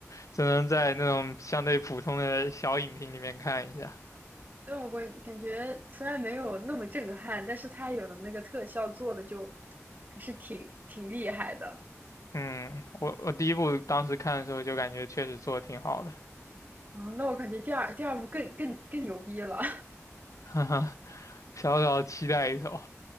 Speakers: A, on the left; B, on the right.
A: 只能在那种相对普通的小影厅里面看一下。
B: 但我感感觉虽然没有那么震撼，但是它有的那个特效做的就还是挺挺厉害的。
A: 嗯，我我第一部当时看的时候就感觉确实做的挺好的，
B: 啊、那我感觉第二第二部更更更牛逼了。
A: <laughs> 哈哈，小小期待一手。